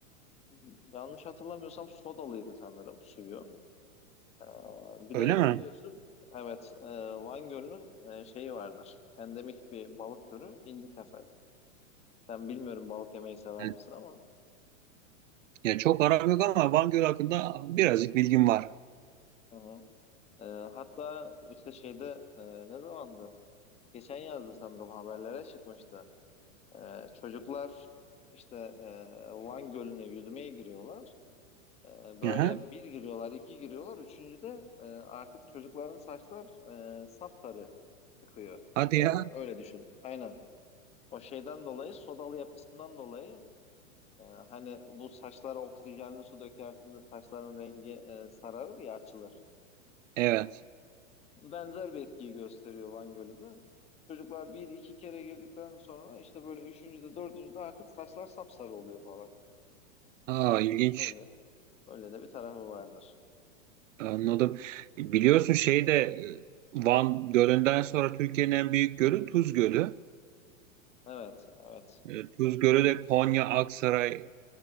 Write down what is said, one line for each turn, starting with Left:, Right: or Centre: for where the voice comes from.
Left: e, yanlış hatırlamıyorsam sodalıydı sanırım suyu. E, bir
Right: Öyle
Left: de
Right: mi?
Left: biliyorsun evet e, Van Gölü'nün e, şeyi vardır. Endemik bir balık türü indi kefali. Ben bilmiyorum balık yemeyi sever
Right: He.
Left: misin ama
Right: Ya çok aram yok ama Van Gölü hakkında birazcık bilgim var.
Left: hı hı. E, hatta işte şeyde e, ne zamandı? Geçen yazdı sanırım haberlere çıkmıştı. Ee, çocuklar işte e, Van Gölü'ne yüzmeye giriyorlar. Ee, böyle
Right: Aha.
Left: bir giriyorlar, iki giriyorlar. Üçüncüde e, artık çocukların saçlar e, sapsarı çıkıyor
Right: Hadi
Left: içeriden.
Right: ya.
Left: Öyle düşün. Aynen. O şeyden dolayı, sodalı yapısından dolayı e, hani bu saçlara oksijenli su dökersin de saçların rengi e, sararır ya açılır.
Right: Evet.
Left: Benzer bir etkiyi gösteriyor Van Gölü de. Çocuklar bir iki kere girdikten sonra işte böyle üçüncüde, dördüncüde artık saçlar sapsarı oluyor falan.
Right: Aa ilginç.
Left: Öyle Öyle de bir tarafı vardır.
Right: Anladım. Biliyorsun şey de e, Van Gölü'nden sonra Türkiye'nin en büyük gölü Tuz Gölü.
Left: Evet, evet.
Right: E, Tuzgöre de Konya, Aksaray,